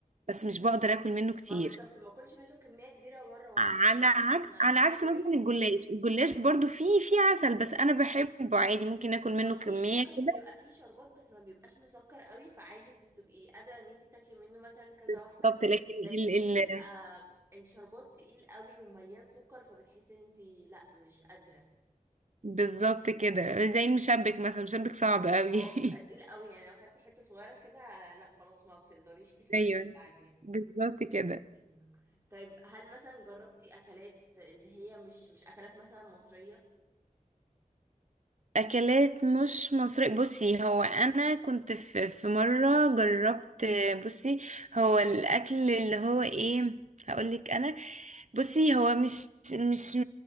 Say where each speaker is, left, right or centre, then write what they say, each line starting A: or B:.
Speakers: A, on the right; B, on the right.
A: بس مش بقدر اكل منه كتير
B: ما بالظبط ما اكلش منه كميه كبيره مره واحده
A: على
B: يعني ممكن
A: عكس على عكس
B: شويه
A: مثلا الجلاش الجلاش برضو فيه فيه عسل بس انا بحبه عادي ممكن اكل منه
B: ما في
A: كمية
B: ممكن
A: كده
B: بيبقى فيه شربات بس ما بيبقاش مسكر قوي فعادي انت بتبقي قادرة ان انت تاكلي منه مثلا كذا واحدة
A: بالظبط لكن
B: لكن
A: ال...
B: في بيبقى
A: ال...
B: الشربات تقيل قوي ومليان سكر فبتحسي ان انت لا مش قادرة
A: بالظبط كده زي المشبك مثلا المشبك صعب قوي
B: اه بيبقى تقيل
A: <laughs>
B: قوي يعني لو خدتي حتة صغيرة كده لا خلاص ما بتقدريش تكملي
A: ايوه
B: بعديها
A: بالظبط كده
B: ايوه طيب هل مثلا جربتي اكلات اللي هي مش مش اكلات مثلا مصرية
A: اكلات مش مصرية بصي هو انا كنت في في مرة جربت بصي هو الاكل اللي هو ايه هقولك انا بصي هو مش مش